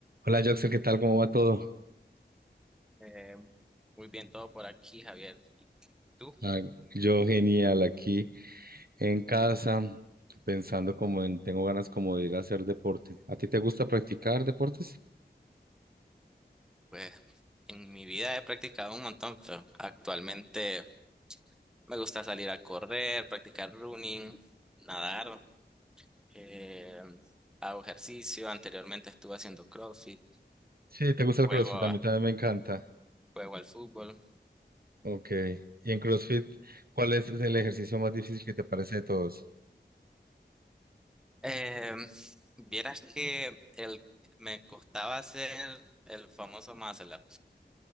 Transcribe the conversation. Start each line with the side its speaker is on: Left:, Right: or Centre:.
Right: Hola, Joxer, ¿qué tal? ¿Cómo va todo?
Centre: Eh, muy bien todo por aquí, Javier. ¿Y tú?
Right: Ah, yo genial, aquí en casa, pensando como en, tengo ganas como de ir a hacer deporte. ¿A ti te gusta practicar deportes?
Centre: Pues en mi vida he practicado un montón, pero actualmente me gusta salir a correr, practicar running, nadar, eh, hago ejercicio. Anteriormente estuve haciendo CrossFit,
Right: Sí, te gusta
Centre: juego,
Right: el CrossFit, a
Centre: a-
Right: mí también me encanta.
Centre: juego al fútbol.
Right: Ok, y en CrossFit, ¿cuál es el ejercicio más difícil que te parece de todos?
Centre: Eh, vieras que el, me costaba hacer el famoso muscle up.